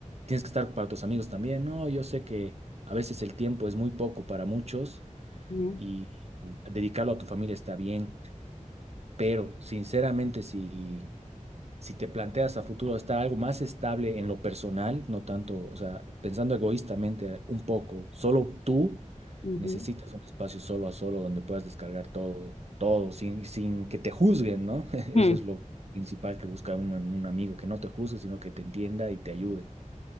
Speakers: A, on the right; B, on the left.
A: tienes que estar para tus amigos también. No, yo sé que a veces el tiempo es muy poco para muchos
B: ujú,
A: y y dedicarlo a tu familia está bien, pero sinceramente si si te planteas a futuro estar algo más estable en lo personal, no tanto, o sea, pensando egoístamente un poco, solo tú
B: ujú,
A: necesitas un espacio solo a solo donde puedas descargar todo, todo, sin, sin que te juzguen, ¿no? <laughs> ese
B: ujú,
A: es lo principal que busca uno en un amigo, que no te juzgue, sino que te entienda y te ayude.